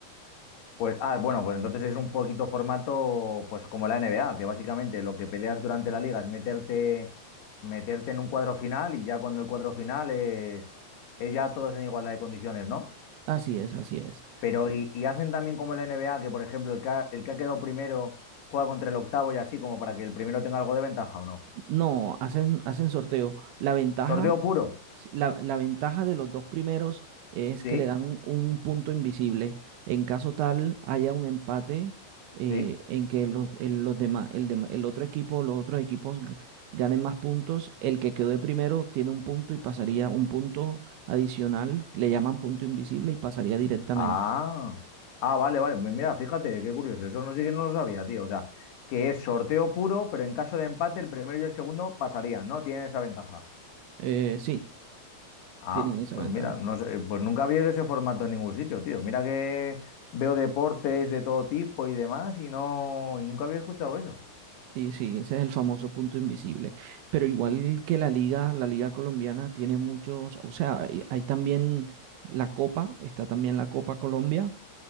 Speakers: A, on the left (about 60°); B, on the right (about 75°).
A: Pues, ah, bueno, pues entonces es un poquito formato, pues como la NBA, que básicamente lo que peleas durante la liga es meterte, meterte en un cuadro final y ya cuando el cuadro final es, es ya todos en igualdad de condiciones, ¿no?
B: Así es, así es.
A: Pero y, y hacen también como la NBA, que por ejemplo el que ha, el que ha quedado primero juega contra el octavo y así como para que el primero tenga algo de ventaja o no.
B: No, hacen, hacen sorteo. La ventaja,
A: Sorteo puro,
B: sí, la, la ventaja de los dos primeros es
A: sí,
B: que le dan un punto invisible. En caso tal haya un empate eh,
A: sí.
B: en que los, el, los demás, el, dem- el otro equipo, los otros equipos g- ganen más puntos, el que quedó de primero tiene un punto y pasaría un punto adicional, le llaman punto invisible y pasaría directamente.
A: Ah, ah, vale, vale. Pues mira, fíjate, qué curioso. Eso no sí que no lo sabía, tío. O sea, que es sorteo puro, pero en caso de empate, el primero y el segundo pasarían, ¿no? Tienen esa ventaja.
B: Eh, sí,
A: Ah,
B: tienen esa
A: pues
B: ventaja.
A: mira, no sé, pues nunca había ese formato en ningún sitio, tío. Mira que veo deportes de todo tipo y demás, y no, y nunca había escuchado eso.
B: Sí, sí, ese es el famoso punto invisible. Pero igual que la liga, la liga colombiana tiene muchos, o sea, hay, hay también la Copa, está también la Copa Colombia,